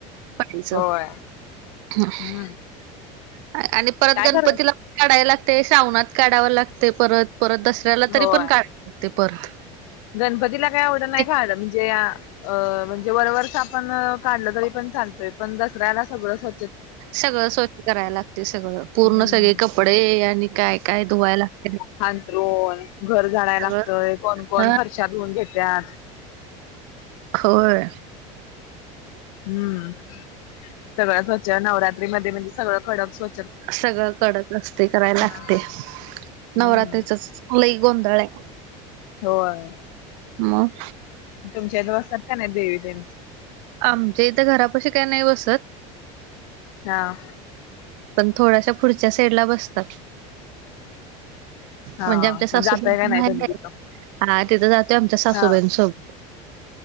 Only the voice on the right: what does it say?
पाच
<unintelligible>
आणि परत
गणपतीला,
काढाय लागते श्रावणात. काढावं लागते परत परत दसऱ्याला
तरी पण क <inaudible> लागते परत.
ते
सगळं स्वच्छ कराय लागते सगळं पूर्ण
सगळे कपडे आणि काय-काय धुवायला लाग
सगळं
ह
खोय.
सगळं कडक रस्ते करायला लागते.
नवरात्रीचच लई गोंधळ आहे.
मग.
आमच्या इथं घरापशी काय नाही बसत?
पण थोडाशा पुढच्या साईडला बसतात.
म्हणजे आमच्या सासूबाई
प
हा, तिथं जातोय आमच्या सासूबाईंनसोबत.